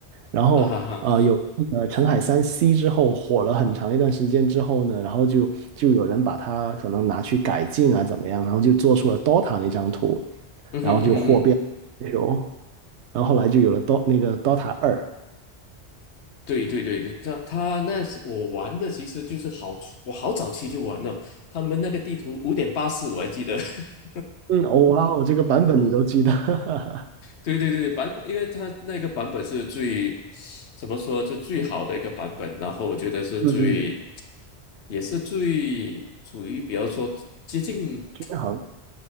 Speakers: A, on the right; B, on the left.
A: 然后呃有那个澄海三
B: 啊哈哈，
A: C 之后火了很长一段时间之后呢，然后就就有人把它可能拿去改进啊怎么样，然后就做出了 DOTA 那张图，
B: 嗯哼哼哼嗯哼，
A: 然后就火遍全球，然后后来就有了 DO 那个 DOTA 二，
B: 对对对对，他他那是我玩的，其实就是好，我好早期就玩了，他们那个地图五点八四我还记得，<laughs>
A: 嗯，哦哇哦，这个版本你都记得。<laughs>
B: 对对对对，版本，因为它那个版本是最怎么说就最好的一个版本，然后我觉得是最
A: 嗯嗯，
B: 也是最处于比较说接近。
A: 均衡，